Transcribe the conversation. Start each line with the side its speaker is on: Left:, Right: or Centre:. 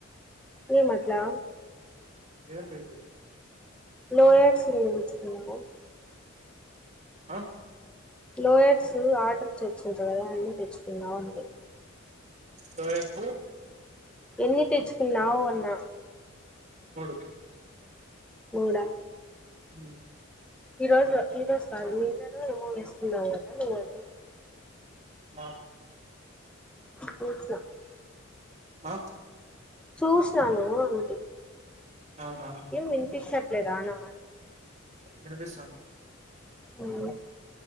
Centre: ఏం మట్లా
Right: ఏం బేబీ
Centre: లోయర్ సినిమా చూస్తున్నావా
Right: ఆ
Centre: లోలయర్డ్స్ ఆర్డర్ ఇచ్చి వచ్చిన తెచ్చుకోవాలి
Right: లోయర్స్
Centre: ఎన్ని తెచ్చుకున్నావ్ అన్నా
Right: మూడు
Centre: మూడ
Right: హు
Centre: ఈ రోజు ఈ రోజు కాదు నిన్ను ఏమో వేస్తున్నాం కదా నువ్వని
Right: నా
Centre: పచ్చ <inaudible>
Right: ఆ
Centre: చూసినాను అంటి
Right: అవునా
Centre: ఏం వినిపిచట్లేదా నా
Right: వినిపిస్తాంది
Centre: వాయిస్